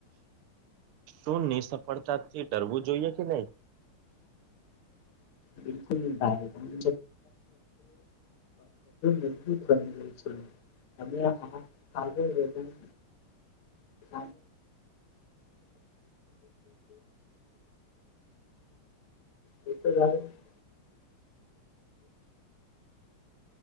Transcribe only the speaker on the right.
શું ની સફળતાથી ડરવું જોઈએ કે નહી?